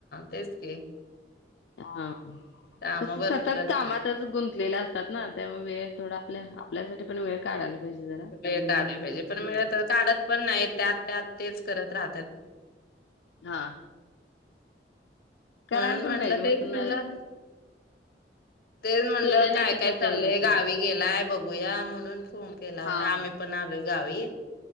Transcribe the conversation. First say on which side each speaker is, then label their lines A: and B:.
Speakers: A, on the left; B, on the left.
A: तेच की..
B: हा <inaudible>
A: काम
B: कसं
A: भरपूर
B: सतत
A: असतात.
B: कामातच गुंतलेला असतात ना त्यामुळ वेळ थोडा आपल्या आपल्यासाठी पण वेळ काढायला..... पाहिजे जरा
A: वेळ काढायला पाहिजे पण
B: थोडासा
A: वेळ तर काढत पण नाहीत त्यात त्यात तेच करत राहतात.
B: हा करायला
A: म्हणून
B: पण
A: म्हंटलं
B: पाहिजे मग
A: तेच
B: न
A: म्हणलं तेच म्हणलं
B: केलं नाही
A: काय
B: तर
A: काय
B: कसं
A: चाललंय
B: हे भेटणार
A: गावी गेलाय बघू. <unintelligible> म्हणून फोन केला होता
B: हा
A: आम्ही
B: हा
A: पण आलोय. गावी